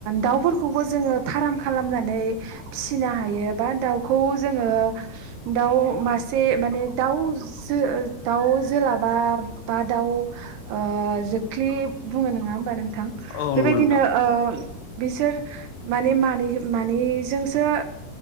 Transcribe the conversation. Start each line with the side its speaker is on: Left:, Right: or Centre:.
Right: दाउ फोरखौबो जोङो फारार् खालामनानै फिसिनो हायो बा दाउखौ जोङो दाउ मासे माने दाउ जो ओ दाउ जोलाबा बा दाउ ओ जोख्लि बुङो नङा होमबा नों
Left: औ
Right: बेबायदिनो
Left: नंगौ नोंथां
Right: ओ बिसोर माने मानै मानैजोंसो